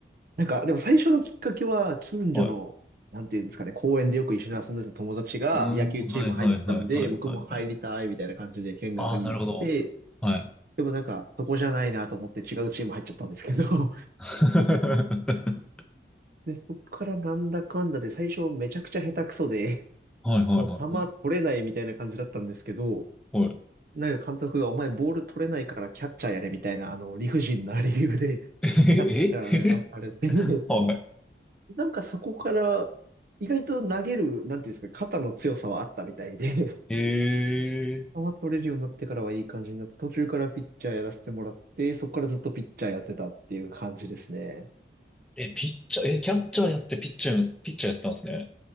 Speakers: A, on the right; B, in the centre.
A: なんか、でも最初のきっかけは近所の、
B: はい。
A: なんていうんですかね、公園でよく一緒に遊んでた友達が野球チーム入ったんで、
B: うーん、はいはいはいはいはいはい。
A: 僕も入りたいみたいな感じで見学に行って、
B: ああ、なるほど。はい。
A: でもなんか、そこじゃないなと思って違うチーム入っちゃったんですけど、
B: <laughs> は
A: <laughs> で、そっからなんだかんだで最初めちゃくちゃ下手くそで、
B: いはいはいはい。
A: もう球取れないみたいな感じだったんですけど、
B: はい。
A: なんか監督がお前ボール取れないからキャッチャーやれみたいな、あの、理不尽な理由で、<laughs>
B: え
A: キャッチャーやらされて、<laughs>
B: は
A: なんかそこから意外と投げる、なんていうんですか、肩の強さはあったみたいで、<laughs>
B: い。えー、
A: 球取れるようになってからはいい感じになって、途中からピッチャーやらせてもらって、そこからずっとピッチャーやってたっていう感じですね。
B: え、ピッチャー、え、キャッチャーやってピッチャーや、ピッチャーやってたんですね。